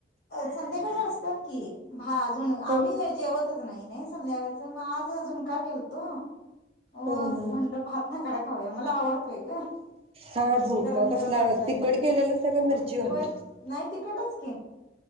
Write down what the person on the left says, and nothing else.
अ संध्याकाळी असतात की हा अजून
आम्ही जेवतच नाही नाही संध्याकाळच मग आज झुणका केलतो अ म्हणलं
भ ह कड खाऊया मला आवडतय ग
गरम
गरम असला
की
होय नाही तिकटच की